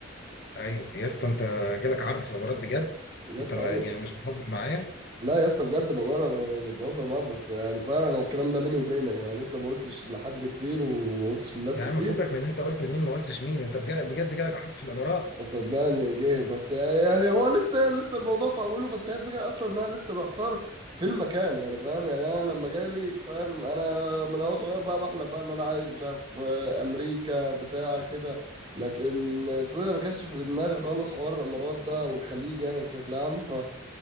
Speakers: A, on the left (about 50°); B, on the right (about 25°).
A: ايوه يا اسطى انت جالك عرض في الامارات بجد
B: يا اسطى
A: انت ما
B: ايوه
A: يعني مش بتهزر معايا
B: لا يا اسطى بجد بابا انا ب- مش بهزر معاك بس يعني فاهم انا الكلام ده بيني وبينك يعني لسه ما قلتش لحد كتير وما قلتش لناس
A: يا
B: كتير
A: عم فكك من إن انت قلت لمين ما قلتش مين انت بجد, بجد جالك عرض في الامارات
B: صدقني جه بس يعني يعني هو لسه لسه الموضوع في اوله بس هي الفكره اصلا ان انا لسه محتار في المكان يعني فاهم يعني انا لما جالي فاهم انا من هو صغير بقى بحلم بقى ان انا عايز مش عارف آه، امريكا بتاع كده لكن اسمه إيه ده ما كانش في دماغي خالص حوار الامارات ده والخليج يعني بشكل عام ف